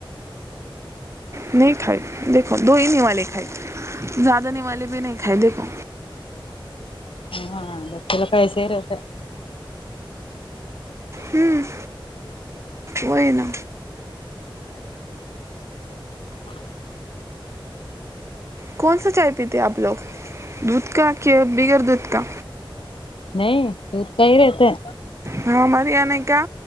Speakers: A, on the right; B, on the left.
A: نہیں کھائی دیکھو دو ہی نیوالے کھائی زیادہ نیوالے بھی نہیں کھائی دیکھو
B: ہا ہاں بچچو پیسے رہتا
A: ہمم وہی نا کون سا چائے پیتے آپ لوگ دودھ کا کہ بگر دودھ کا
B: نہیں دودھ کا ہی رہتے ہیں
A: ہاں ہمار آنے کیا